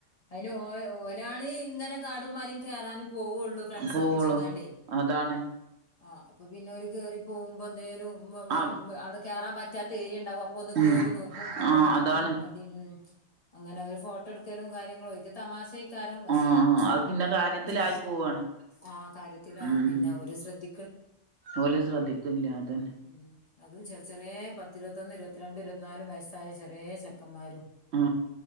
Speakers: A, on the left (about 35°); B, on the right (about 65°).
A: അതിന് ഓ ഓലാണ് ഇങ്ങന കാടുംമലേം കേറാനും പോവോള്ളു ഫ്രണ്ട്സൊപ്പിച്ചിങ്ങാണ്ടേ
B: പോവുള്ളു അതാണ്
A: ആഹ് അപ്പ പിന്നോര് കേറി പോവുമ്പ എന്തേലും വ
B: ആ
A: ഉം അവട കേറാൻ പറ്റാത്ത ഏരിയ്യ എണ്ടാവും അപ്പൊന്ന്
B: ഉം
A: കേറി നോക്കും അപ്പ
B: ആ
A: വള്ക്കും
B: അതാണ്
A: ഉം അങ്ങനെ ഓര് ഫോട്ടോ എടുക്കലും കാര്യങ്ങളും ഇക്ക് തമാശേക്കാരം പക്ഷെ
B: ആ അത് പിന്നെ
A: അയിന്റെ
B: കാര്യത്തിലായി
A: ഉം
B: പോവാണ്
A: ആ കാര്യത്തിലാവും
B: ഉം
A: പിന്നെ അവര് ശ്രദ്ധ
B: ഓല് ശ്രദ്ധിക്ക്‌ല്ല അതന്നെ
A: ഉം അതും ചെറിയ ചെറിയ പത്ത് ഇരുപത്തൊന്ന് ഇരുപത്തിരണ്ട് ഇരുപത്തിനാലും വയസ്സായ ചെറിയ ചെക്കന്മാരും
B: ആ